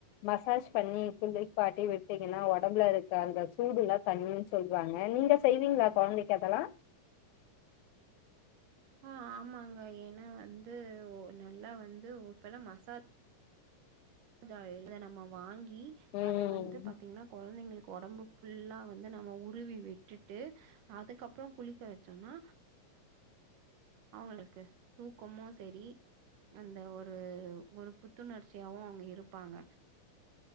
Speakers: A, on the left; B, on the right.
A: மசாஜ் பண்ணி புள்ளே பாட்டி விட்டிங்கனா உடம்புல இருக் க்க அந்த சூடுலா தனியனு சொல்லுவாங்க நீங்க செய்வீங்களா கொலந்தைக்கு அதெல்லா
B: ஆ ஆமாங்க ஏன்னா வந்து ஓ நல்லா வந்து இப்பலாம் மசாஜ் ஜா இத நம்ம வாங் இ
A: ம்
B: அத வந்து பாத்தீங்னா கொழந்தைங்களுக் கொடம்பு ஃபுல்லா வந்து நம்ம உருவி விட்டுட்டு அதுக்கப்பம் குளிக்க வச்சோனா அவங்களுக்கு தூக்கமு சரி அந்த ஒரு ஒரு புத்துணர்ச்சியாவு அவங்க இ இருப்பாங்க